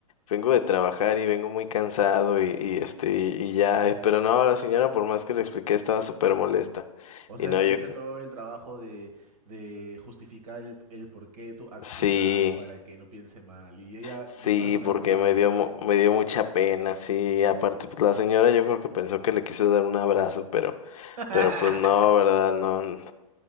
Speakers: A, on the left; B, on the right.
A: vengo de trabajar y vengo muy cansado y, y, este y, y ya, eh, pero no, la señora por más que le expliqué estaba súper molesta.
B: O sea,
A: Y no,
B: te
A: yo
B: hice todo el trabajo de, de justificar el, el porqué de tu accionar
A: sí,
B: para que no piense mal. Y ella
A: sí,
B: de todas maneras
A: porque
B: pensaba
A: me
B: mal.
A: dio mu- me dio mucha pena, sí, aparte pues la señora yo creo que pensó que le quise dar un abrazo, pero
B: <laughs>
A: pero pues no, ¿verdad? No n-